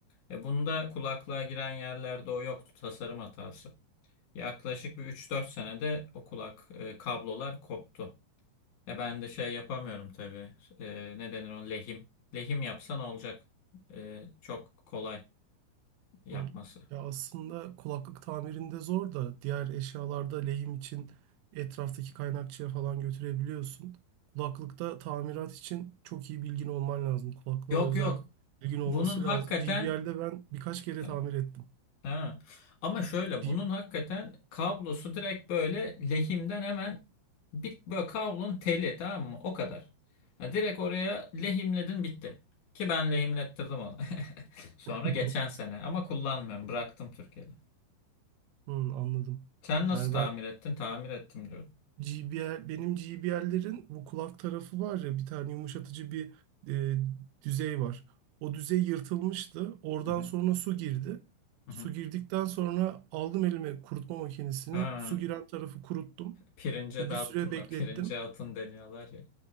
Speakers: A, on the left; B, on the right.
A: E bunda kulaklığa giren yerlerde o yoktu tasarım hatası. Yaklaşık bir 3-4 senede o kulak e, kablolar koptu. E ben de şey yapamıyorum tabii. E, ne denir on lehim. Lehim yapsan olacak. E, çok kolay yapması.
B: Hı. Ya aslında kulaklık tamirinde zor da diğer eşyalarda lehim için etraftaki kaynakçıya falan götürebiliyorsun. Kulaklıkta tamirat için çok iyi bilgin olman lazım. Kulaklığa
A: Yok
B: özel
A: yok.
B: bilgin olması
A: Bunun hakikaten
B: lazım. GBL'de ben birkaç kere
A: e,
B: tamir ettim.
A: Ha. Ama şöyle
B: G-
A: bunun hakikaten kablosu direkt böyle lehimden hemen bir böyle kablonun teli tamam mı? O kadar. Ya direkt oraya lehimledin bitti. Ki ben lehimlettirdim onu. <laughs> Sonra
B: <laughs>
A: geçen sene ama kullanmıyorum. Bıraktım Türkiye'de.
B: Hı, anladım.
A: Sen nasıl
B: Yani
A: tamir
B: ben
A: ettin? Tamir ettim diyorum.
B: G B R benim G B GBR'lerin bu kulak tarafı var ya bir tane yumuşatıcı bir e, düzey var. O düzey yırtılmıştı. Oradan
A: Hı hı.
B: sonra su girdi.
A: Hı
B: Su
A: hı.
B: girdikten sonra aldım elime kurutma makinesini.
A: Ha,
B: Su giren tarafı kuruttum
A: pirince
B: ve
A: dağıttın
B: bir süre beklettim.
A: mı? Pirince atın deniyorlar ya.